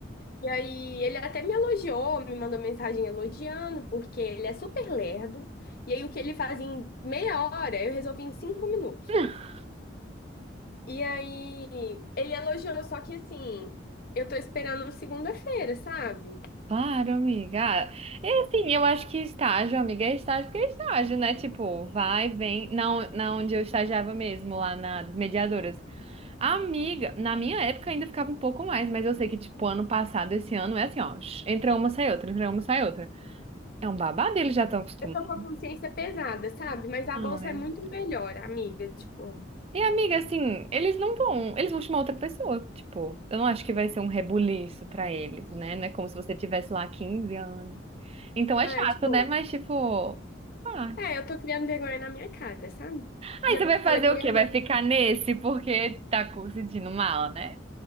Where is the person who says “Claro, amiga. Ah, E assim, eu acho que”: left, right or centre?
Right